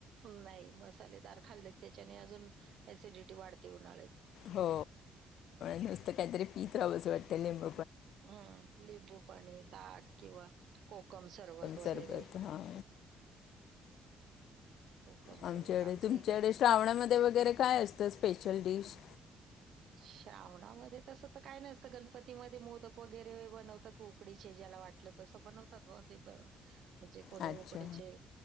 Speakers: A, on the right (about 70°); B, on the left (about 75°).
A: नाही मसालेदार खाल्ले त्याच्याने अजून एसिडिटी वाढते उन्हाळ्यात.
B: हो नुसतं काहीतरी पीत राहावंचं वाटतल लिंब
A: हम्म लिंबूपणी, ताक किंवा कोकम सरबत
B: सरबत
A: वगैरे
B: हां
A: कोकम
B: आमच्याकडे
A: सरबत आमच्या
B: तुमच्याकडे
A: इकडे
B: श्रावणामध्ये वगैरे काय असतं स्पेशल डिश.
A: श्रावणामध्ये तसं तर काय नाहीसतं गणपतीमध्ये मोदक वगैरे बनवतात उकडीचे ज्याला वाटलं. तस बनवतात ब ते म्हणजे कोणी
B: अच्छा
A: उकडेचे